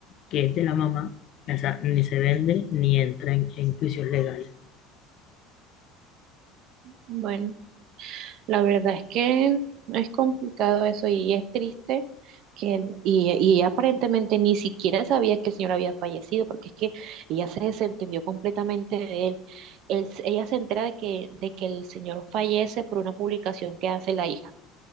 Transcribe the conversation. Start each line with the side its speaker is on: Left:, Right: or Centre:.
Left: que es de la mamá, esa ni se vende ni entra en, en juicios legales.
Right: Bueno. La verdad es que es complicado eso y es triste que y, y aparentemente ni siquiera sabía que el señor había fallecido porque es que ella se desentendió completamente de él. Él- se- ella se entera de que, de que el señor fallece por una publicación que hace la hija,